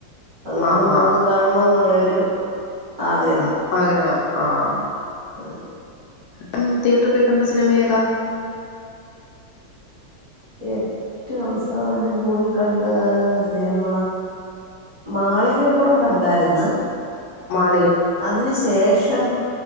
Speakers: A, on the right; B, on the left.
A: അതുകൊണ്ട്
B: ആഹ്
A: മൂന്ന്
B: ആഹ്
A: കാണണ എന്നുള്ളരു ആഗ്രഹ
B: ആഗ്രഹം ആഹ
A: അ
B: അം തിയറ്റർ പോയി കണ്ട സിനിമ ഏതാ
A: ഏറ്റവും അവസാനം പോയി കണ്ട് സിനിമ മാളികപ്പുറം കണ്ടായിരുന്നു
B: മാള
A: അതിനു ശേഷം